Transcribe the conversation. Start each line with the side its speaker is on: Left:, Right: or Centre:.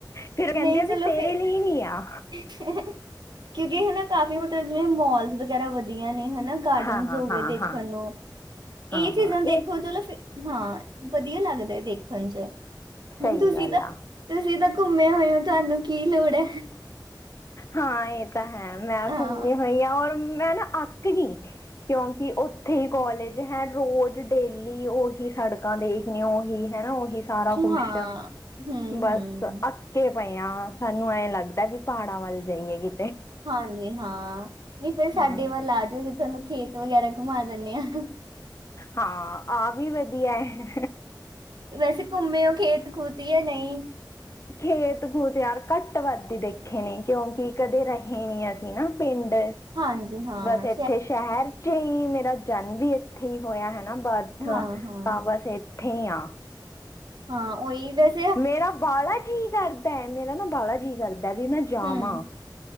Left: ਫੇਰ ਕਹਿੰਦੇ
Right: ਨਹੀਂ
Left: ਆ
Right: ਚਲੋ
Left: ਵੀ ਤੇਰੇ
Right: ਫੇ
Left: ਲਈ ਨੀ ਆ
Right: <unintelligible> ਕਿਉਂਕਿ, ਹਨਾ ਕਾਫੀ ਮਤਲਬ ਜਿਵੇਂ ਮੋਲਸ ਵਗੈਰਾ ਵਧੀਆ ਨੇ, ਹਨਾ ਗਾਰਡਨ
Left: ਹਾਂ ਹਾਂ
Right: ਹੋ ਗਏ
Left: ਹਾਂ
Right: ਦੇਖਣ
Left: ਹਾਂ
Right: ਨੂੰ‌। ਇਹ
Left: ਹਾਂ
Right: ਚੀਜ਼ਾਂ ਦੇਖੋ
Left: ਇਹ ਤਾਂ
Right: ਚਲੋ, ਹਾਂ, ਵਧੀਆ ਲੱਗਦਾ ਦੇਖਣ 'ਚ। ਹੁਣ
Left: ਸਹੀ
Right: ਤੁਸੀਂ
Left: ਗੱਲ
Right: ਤਾਂ,
Left: ਆ
Right: ਤੁਸੀਂ ਤਾਂ ਘੁੰਮੇ ਹੋਏ ਹੋ, ਤੁਹਾਨੂੰ ਕੀ ਲੋੜ ਹੈ
Left: ਹਾਂ, ਇਹ ਤਾਂ ਹੈ ''ਮੈਂ
Right: ਹਾਂ
Left: ਘੁੰਮੀ ਹੋਈ ਹਾਂ, ਔਰ ਮੈਂ ਨਾ ਅੱਕ ਗਈ, ਕਿਉਂਕਿ ਉੱਥੇ ਹੀ ਕੋਲੇਜ ਹੈ, ਰੋਜ਼ ਡੇਲੀ ਉਹੀ ਸੜਕਾਂ ਦੇਖਣੀ, ਉਹੀ ਹੈਨਾ ਉਹੀ ਸਾਰਾ
Right: ਹਾਂ
Left: ਕੁਛ,
Right: ਹੂੰ
Left: ਬਸ
Right: ਹੂੰ
Left: ਅੱਕੇ ਪਏ ਆਂ। ਹੁਣ ਐਂ ਲੱਗਦਾ, ਵੀ ਪਹਾੜਾਂ ਵੱਲ ਜਾਈਏ ਕਿ
Right: ਹਾਂਜੀ-ਹਾਂ, ਨਹੀਂ ਫੇਰ ਸਾਡੇ
Left: ਹਾਂ
Right: ਵੱਲ ਆਜੋ, ਅਸੀਂ ਤੁਹਾਨੂੰ ਖੇਤ ਵਗੈਰਾ ਘੁੰਮਾ ਦਿੰਨੇ ਆਂ।
Left: ਹਾਂ, ਆਹ ਵੀ ਵਧੀਆ ਏ।
Right: ਵੈਸੇ ਘੁੰਮੇ ਓ ਖੇਤ-ਖੂਤ, ਯਾ ਨਹੀਂ।
Left: ਖੇਤ-ਖੂਤ ਯਾਰ, ਘੱਟ ਵੱਧ ਈ ਦੇਖੇ ਨੇ, ਕਿਉਂਕਿ ਕਦੇ ਰਹੇ ਨੀ ਅਸੀਂ ਨਾ ਪਿੰਡ।
Right: ਹਾਂਜੀ ਹਾਂ
Left: ਬਸ ਇੱਥੇ ਸ਼ਹਿਰ ਠੀ ਮੇਰਾ ਜਨਮ ਵੀ ਇੱਥੇ ਹੀ ਹੋਇਆ ਹਾਂ ਬਰਥ
Right: ਹਾਂ ਹਾਂ
Left: ਤਾਂ ਬਸ ਇੱਥੇ ਹੀ ਆ
Right: ਹਾਂ ਉਹੀ ਵੈਸ
Left: ਮੇਰਾ ਬਾਲਾ ਜੀ ਕਰਦਾ ਮੇਰਾ ਨਾ ਬਾਹਲਾ ਜੀ ਕਰਦਾ ਵੀ ਮੈਂ ਜਾਵਾਂ
Right: ਹੂੰ